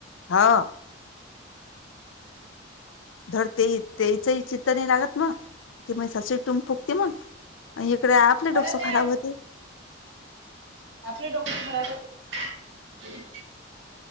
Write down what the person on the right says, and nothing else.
परत
ये
आपले डॉक्टर घरातात.